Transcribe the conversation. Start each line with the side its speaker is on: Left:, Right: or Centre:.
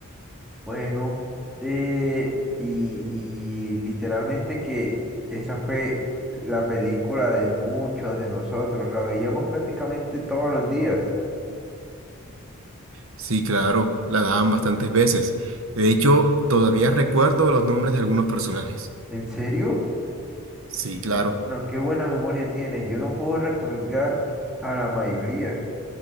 Centre: Bueno, de, y, y literalmente que esa fue la película de muchos de nosotros, la veíamos prácticamente todos los días.
Right: Sí, claro, la daban bastantes veces. De hecho, todavía recuerdo los nombres de algunos personajes.
Centre: ¿En serio?
Right: Sí,
Centre: Pero
Right: claro.
Centre: bueno, qué buena memoria tienes, yo no puedo recordar a la mayoría.